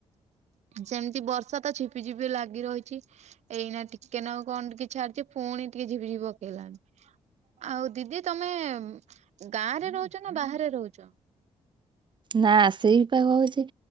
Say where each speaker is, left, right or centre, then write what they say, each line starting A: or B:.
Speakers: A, on the right; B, on the right.
A: ସେମିତି ବର୍ଷା ତ ଝିପିଝପି ଲାଗ ଗି ରହିଛି ଏଇନା ଟିକେ ନାଉ କଣ ଟିକେ ଛାଡିଛି ପୁଣି ଟିକେ ଝିପଝିପ ପକେଇଲାଣି। ଆଉ ଦିଦି ତମେ ଗାଁରେ ରହୁଛ ନା ବାହାରେ ରହୁଛ?
B: ନା ସେଇପା କହୁଛି